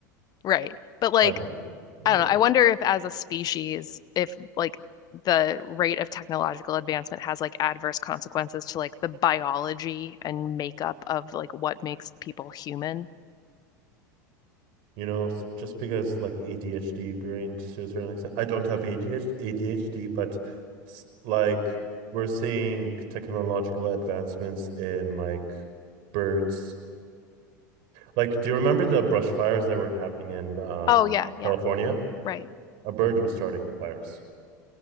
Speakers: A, on the left (about 40°); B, on the right (about 60°).
A: Right. But like,
B: 500. Yeah.
A: I don't know. I wonder if as a species, if like the rate of technological advancement has like adverse consequences to like the biology and makeup of like what makes people human.
B: You know, just because like ADHD brain to a certain extent, I don't have ADHD, but like we're seeing technological advancements in like birds. Like, do you remember the brush fires that were happening in um
A: Oh, yeah, yeah,
B: California?
A: right.
B: A bird was starting the fires.